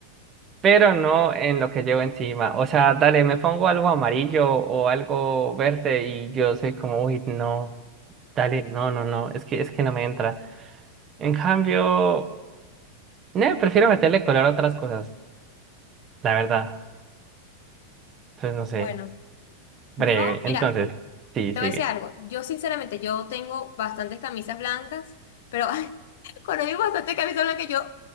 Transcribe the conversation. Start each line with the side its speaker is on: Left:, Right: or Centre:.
Right: pero no en lo que llevo encima. O sea, dale, me pongo algo amarillo o algo verde y yo soy como, uy, no, dale, no, no, no, es que, es que no me entra. En cambio, no, prefiero meterle color a otras cosas, la verdad. Entonces, no sé,
Left: Bueno,
Right: breve.
Left: yo, mira,
Right: Entonces, sí,
Left: te
Right: sigue.
Left: voy a decir algo, yo sinceramente, yo tengo bastantes camisas blancas, pero <laughs> Conocí bastante camisa blanca. Yo,